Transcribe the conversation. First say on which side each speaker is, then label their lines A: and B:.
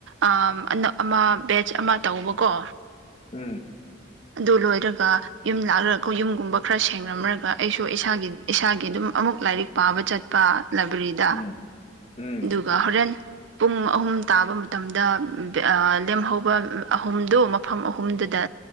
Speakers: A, on the right; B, on the left.
A: ꯑ ꯑꯃ ꯕꯦꯖ ꯑꯃ ꯇꯧꯕꯀꯣ
B: ꯎꯝ
A: ꯑꯗꯨ ꯂꯣꯏꯔꯒ ꯌꯨꯝ ꯂꯥꯛꯂꯒ ꯌꯨꯝꯒꯨꯝꯕ ꯈꯔ ꯁꯦꯡꯡꯂꯝꯃꯔꯒ ꯑꯩꯁꯨ ꯏꯁꯥꯒꯤ ꯏꯁꯥꯒꯤ ꯑꯗꯨꯝ ꯑꯃꯨꯛ ꯂꯥꯏꯔꯤꯛ ꯄꯥꯕ ꯆꯠꯄ ꯂꯥꯏꯕ꯭ꯔꯦꯔꯤꯗ
B: ꯎꯝ ꯎꯝ
A: ꯑꯗꯨꯒ ꯍꯣꯔꯦꯟ ꯄꯨꯡ ꯑꯍꯨꯝ ꯇꯥꯕ ꯃꯇꯝꯗ ꯂꯦꯝꯍꯧꯕ ꯑꯍꯨꯝꯗꯨ ꯃꯐꯝ ꯑꯍꯨꯝꯗꯨꯗ